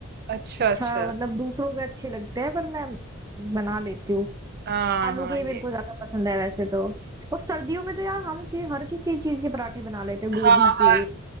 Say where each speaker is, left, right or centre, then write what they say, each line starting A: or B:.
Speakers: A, on the right; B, on the right.
A: अच्छा
B: अच्छा
A: अच्छा
B: मतलब दूसरों के अच्छे लगते हैं पर मैं बना लेती हूँ
A: हाँ
B: आलू
A: हाँ
B: के ही मेरे
A: ये
B: को ज्यादा पसंद है वैसे तो और सर्दियों में तो यार हम कि, हर किसी चीज के पराठे बना लेते हैं गोभी
A: हाँ हाँ
B: के